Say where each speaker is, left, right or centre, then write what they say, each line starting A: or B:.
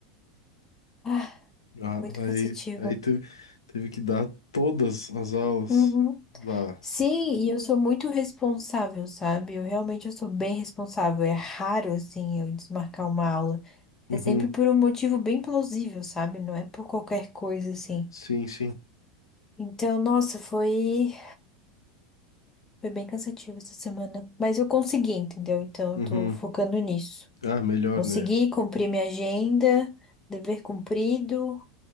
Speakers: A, on the left; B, on the left.
A: Ah,
B: Ah,
A: muito cansativo.
B: Aí, aí teve, teve que dar todas as aulas.
A: Uhum.
B: Bah.
A: Sim, e eu sou muito responsável, sabe? Eu realmente eu sou bem responsável. É raro, assim, eu desmarcar uma aula. É
B: Uhum.
A: sempre por um motivo bem plausível, sabe? Não é por qualquer coisa, assim.
B: Sim, sim.
A: Então, nossa, foi, foi bem cansativo essa semana. Mas eu consegui, entendeu? Então,
B: Uhum.
A: eu tô focando nisso.
B: Ah, melhor,
A: Consegui
B: né?
A: cumprir minha agenda, dever cumprido,